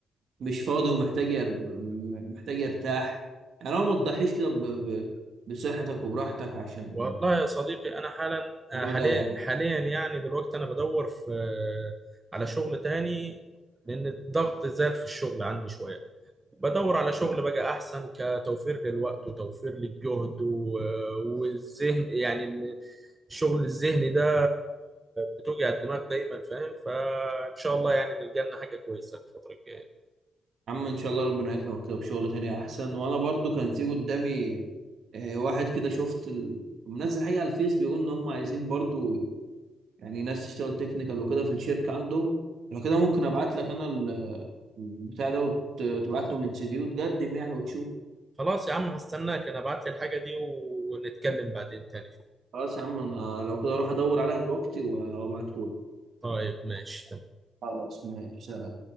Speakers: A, on the right (about 70°); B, on the right (about 25°).
A: مش فاضي ومحتاج أر- م- محتاج ارتاح يعني لو ما تضحيش كده ب- ب- بصحتك وبراحتك عشان
B: والله يا صديقي أنا حالا آه،
A: الموضوع
B: حاليا
A: ده يعني
B: حاليا يعني دلوقتي أنا بدور في آه، على شغل تاني لأن الضغط زاد في الشغل عندي شوية بدور على شغل بقى احسن كتوفير للوقت وتوفير للجهد و- والذهن يعني ال- الشغل الذهني ده بتوجع الدماغ دايما فاهم فان شاء الله يعني نلقى لنا حاجه كويسه الفتره الجايه
A: عم ان شاء الله ربنا يكرمك كده بشغل تاني احسن وانا برضو كان في قدامي آه، واحد كده شفت ال... منزل حقيقة على الفيس بيقول ان هم عايزين برضو يعني ناس تشتغل تكنيكال وكده في الشركة عندهم لو كده ممكن ابعت لك انا ال- البتاع ده وتبعت لهم السي في وتقدم يعني وتشوف
B: خلاص يا عم هستناك انا ابعت لي الحاجه دي ونتكلم بعدين تاني فيها
A: خلاص يا عم انا لو كده اروح ادور عليها دلوقتي وابعته لك
B: طيب ماشي
A: خلاص ماشي سلام